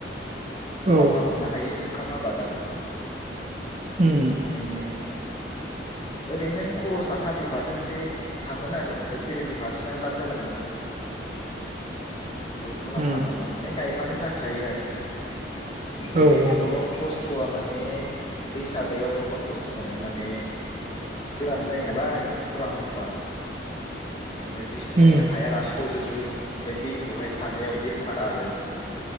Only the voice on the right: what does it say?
औ
उम
उम
औ औ
उम